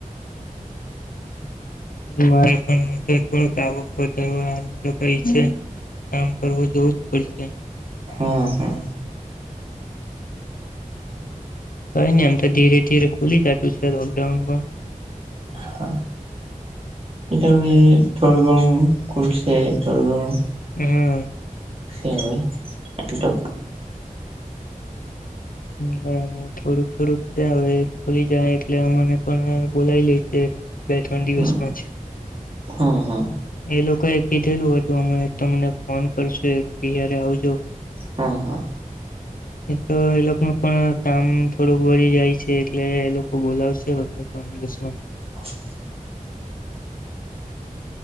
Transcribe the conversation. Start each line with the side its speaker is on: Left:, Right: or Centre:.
Left: મારે પણ તો થોડુંક આવુક વધારવા તો કઈ છે કામ કરવું જોવું જ પડશે.
Right: હા હા
Left: કઈ નહી આમ તો ધીરે ધીરે ખુલી જતું છે લોકડાઉન પણ
Right: હા એતો
Left: પણ
Right: અવે થોડું ગણું ખૂલસે થોડું ઘનું
Left: હમ્મ
Right: એ હોય એ તો
Left: બરાબર થોડુંક થોડુંક છે હવે ખોલી જાય એટલે અમને પણ બોલાવી લે છે બે ત્રણ દિવસમાં
Right: હમ હમ હમ
Left: એ લોકો કઈ કીધેલું હતું હમણે તમને ફોન કરશું એટ ત્યાંરે આવજો
Right: હા હા
Left: એ તો એ લોકો પણ કામ થોડુંક વરી જાય છે એટલે એ લોકો બોલાવશે બે ત્રણ દિવસમાં
Right: <inaudible>